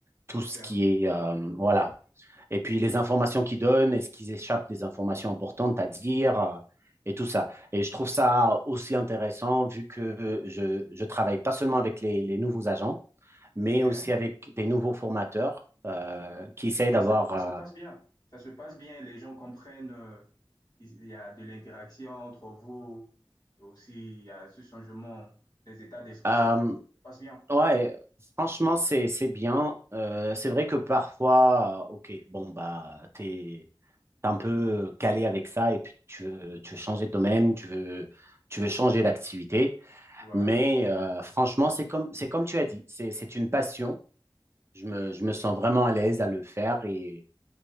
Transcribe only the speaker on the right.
tout
ce qui est euh, voilà. Et puis les informations qu'ils donnent, est-ce qu'ils échappent des informations importantes à dire euh, et tout ça. Et je trouve ça aussi intéressant vu que je, je travaille pas seulement avec les, les nouveaux agents, mais
aussi avec des nouveaux formateurs euh, qui essayent d'avoir
euh,
euh,
Ouais, franchement, c'est c'est bien. Euh, c'est vrai que parfois, euh, ok, bon bah t'es t'es un peu calé avec ça et puis tu veux, tu veux changer de domaine, tu veux tu veux changer d'activité.
Mais euh, franchement, c'est comme c'est comme tu as dit, c'est c'est une passion. Je me je me sens vraiment à l'aise à le faire et